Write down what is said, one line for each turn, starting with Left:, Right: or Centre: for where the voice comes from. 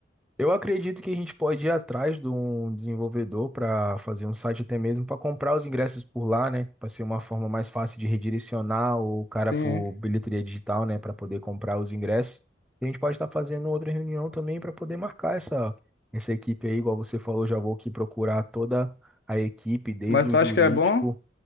Centre: Eu acredito que a gente pode ir atrás de um desenvolvedor para fazer um site até mesmo para comprar os ingressos por lá, né? Para ser uma forma mais fácil de redirecionar o cara
Left: Sim.
Centre: por bilheteria digital, né? Para poder comprar os ingressos. E a gente pode estar fazendo outra reunião também para poder marcar essa, essa equipe aí, igual você falou, já vou aqui procurar toda a equipe, desde
Left: Mas tu
Centre: o
Left: acha
Centre: jurídico.
Left: que é bom